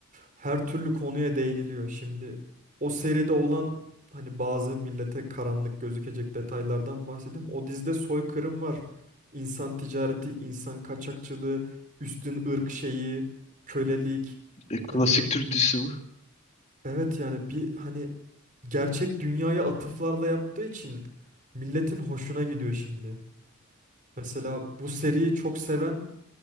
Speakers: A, on the right (about 35°); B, on the left (about 30°).
A: Her türlü konuya değiniliyor. Şimdi o seride olan hani bazı millete karanlık gözükecek detaylardan bahsedeyim. O dizide soykırım var. İnsan ticareti, insan kaçakçılığı, üstün ırk şeyi, kölelik.
B: E, klasik
A: Hani
B: Türk dizisi bu.
A: evet yani bir hani gerçek dünyaya atıflarla yaptığı için milletin hoşuna gidiyor şimdi. Mesela bu seriyi çok seven